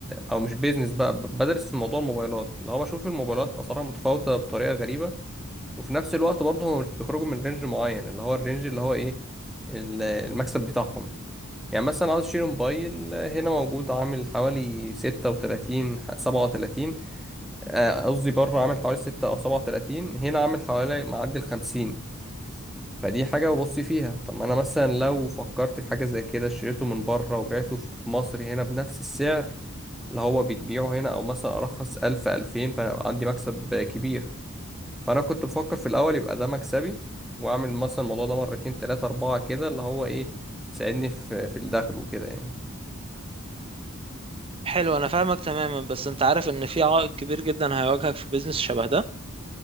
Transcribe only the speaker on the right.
حلو أنا فاهمك تماما بس أنت عارف إن في عائق كبير جدا هيواجهك في بيزنس شبه ده